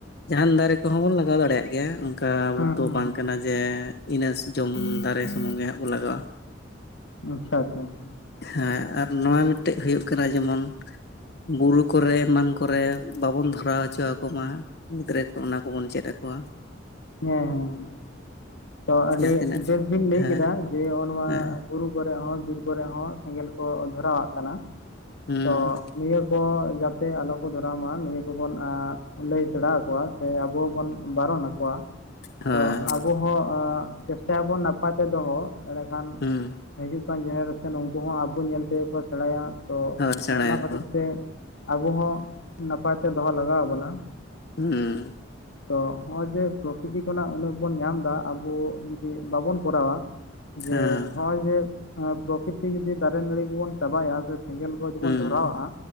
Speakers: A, on the left; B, on the left.
A: ᱡᱟᱦᱟᱱ ᱫᱟᱨᱮ ᱠᱚᱦᱚᱸ ᱵᱚᱱ ᱞᱟᱜᱟᱣ ᱫᱟᱲᱮᱭᱟᱜ ᱜᱮᱭᱟ ᱚᱱᱠᱟ
B: ᱦᱮᱸ
A: ᱫᱚ
B: ᱦᱮᱸ
A: ᱵᱟᱝ ᱠᱟᱱᱟ ᱡᱮ ᱤᱱᱟᱹ <unintelligible> ᱡᱚᱢ ᱫᱟᱨᱮ ᱥᱩᱱᱩᱝ ᱜᱮ ᱦᱟᱸᱜ ᱵᱚᱱ ᱞᱟᱜᱟᱼᱟ
B: ᱟᱪᱪᱷᱟ ᱟᱪᱪᱷᱟ
A: ᱦᱮᱸ ᱟᱨ ᱱᱚᱣᱟ ᱢᱤᱫᱴᱮᱡ ᱦᱩᱭᱩᱜ ᱠᱟᱱᱟ ᱡᱮᱢᱚᱱ ᱵᱩᱨᱩ ᱠᱚᱨᱮ ᱮᱢᱟᱱ ᱠᱚᱨᱮ ᱵᱟᱵᱚᱱ ᱫᱷᱚᱨᱟᱣ ᱦᱚᱪᱚ ᱟᱠᱚ ᱢᱟ ᱜᱤᱫᱽᱨᱟᱹ ᱠᱚ ᱚᱱᱟ ᱠᱚᱵᱚᱱ ᱪᱮᱫ ᱟᱠᱚᱣᱟ
B: ᱦᱮᱸ ᱦᱮᱸ ᱛᱚ ᱟᱹᱰᱤ
A: ᱡᱟᱦᱟᱸ ᱛᱤᱱᱟᱹᱜ
B: ᱵᱮᱥ ᱵᱤᱱ ᱞᱟᱹᱭ
A: ᱦᱮᱸ
B: ᱠᱮᱫᱟ ᱡᱮ ᱦᱚᱜᱼᱚ ᱱᱚᱣᱟ
A: ᱦᱮᱸ
B: ᱵᱩᱨᱩ ᱠᱚᱨᱮ ᱦᱚᱸ ᱵᱤᱨ ᱠᱚᱨᱮ ᱦᱚᱸ ᱥᱮᱸᱜᱮᱞ ᱠᱚ ᱫᱷᱚᱨᱟᱣᱟᱜ ᱠᱟᱱᱟ
A: ᱦᱩᱸ
B: ᱛᱚ ᱱᱤᱭᱟᱹ ᱠᱚ ᱡᱟᱛᱮ ᱟᱞᱚ ᱠᱚ ᱫᱷᱚᱨᱟᱣ ᱢᱟ ᱱᱤᱭᱟᱹ ᱠᱚᱵᱚᱱ ᱞᱟᱹᱭ ᱥᱮᱬᱟ ᱟᱠᱚᱣᱟ ᱥᱮ ᱟᱵᱚ ᱦᱚᱵᱚᱱ ᱵᱟᱨᱚᱱ ᱟᱠᱚᱣᱟ
A: ᱦᱳᱭ
B: ᱛᱚ ᱟᱵᱚ ᱦᱚᱸ ᱪᱮᱥᱴᱟᱭᱟᱵᱚᱱ ᱱᱟᱯᱟᱭ ᱛᱮ ᱫᱚᱦᱚ ᱮᱲᱮᱠᱷᱟᱱ
A: ᱦᱩᱸ
B: ᱦᱤᱡᱩᱜ ᱠᱟᱱ ᱡᱮᱱᱟᱨᱮᱥᱮᱱ ᱩᱱᱠᱩ ᱦᱚᱸ ᱟᱵᱚ ᱧᱮᱞ ᱛᱮᱜᱮ ᱠᱚ ᱥᱮᱬᱟᱭᱟ ᱛᱚ
A: ᱦᱳᱭ ᱥᱮᱬᱟᱭᱟᱠᱚ
B: ᱚᱱᱟ ᱠᱷᱟᱹᱛᱤᱨ ᱛᱮ ᱟᱵᱚ ᱦᱚᱸ ᱱᱟᱯᱟᱭ ᱛᱮ ᱫᱚᱦᱚ ᱞᱟᱜᱟᱣ ᱟᱵᱚᱱᱟ
A: ᱩᱸ
B: ᱛᱚ ᱦᱚᱜ ᱚᱭ ᱡᱮ ᱯᱨᱚᱠᱤᱛᱤ ᱠᱷᱚᱱᱟᱜ ᱩᱱᱟᱹᱜ ᱵᱚᱱ ᱧᱟᱢ ᱮᱫᱟ ᱟᱵᱚ ᱡᱩᱫᱤ ᱵᱟᱵᱚᱱ ᱠᱚᱨᱟᱣᱟ ᱡᱮ
A: ᱦᱮᱸ
B: ᱦᱚᱜᱼᱚᱭ ᱡᱮ ᱟᱸ ᱯᱨᱚᱠᱤᱛᱤ ᱡᱩᱫᱤ ᱫᱟᱨᱮ ᱱᱟᱹᱲᱤ ᱠᱚᱵᱚᱱ ᱪᱟᱵᱟᱭᱟ ᱥᱮᱸᱜᱮᱞ ᱡᱚᱫᱤ
A: ᱦᱩᱸ
B: ᱵᱚᱱ ᱫᱷᱚᱨᱟᱣᱜᱼᱟ